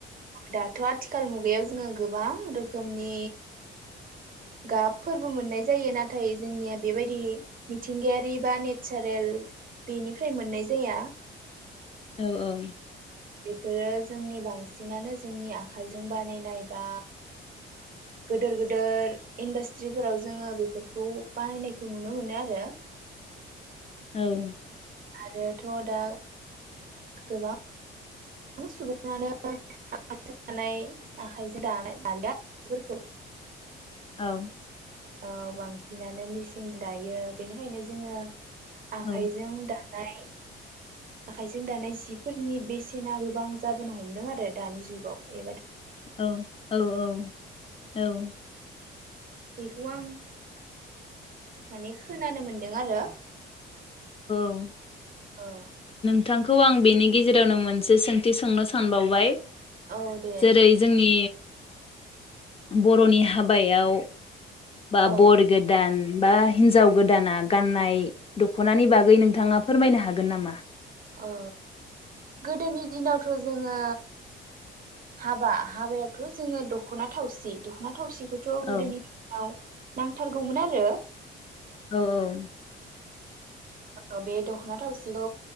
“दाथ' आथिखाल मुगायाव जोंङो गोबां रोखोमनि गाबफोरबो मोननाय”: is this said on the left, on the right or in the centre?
Right